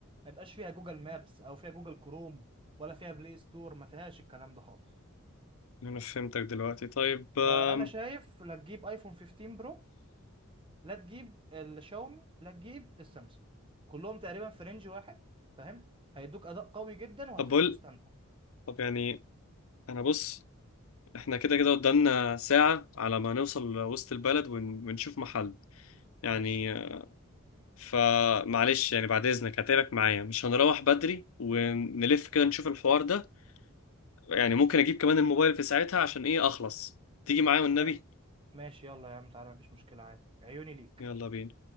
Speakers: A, on the right; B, on the left.
A: ما يبقاش فيها جوجل مابس او فيها جوجل كروم ولا فيها بلاي ستور ما فيهاش الكلام ده خالص
B: انا فهمتك دلوقتي طيب أم،
A: فانا شايف لا تجيب ايفون 15 برو لا تجيب الشاومي لا تجيب السامسونج كلهم تقريبا في رينج واحد فاهم هيدوك اداء قوي جدا وهتبقى
B: طب بقول
A: مستمتع
B: طب يعني انا بص احنا كده كده قدامنا ساعة على ما نوصل وسط البلد ون... ونشوف محل يعني
A: ماشي
B: فمعلش يعني بعد اذنك هتقلك معايا مش هنروح بدري ونلف كده نشوف الحوار ده يعني ممكن اجيب كمان الموبايل في ساعتها عشان ايه اخلص تيجي معايا والنبي
A: ماشي ماشي يلا يا عم تعالى مفيش مشكلة عادي عيوني ليك
B: يلا بينا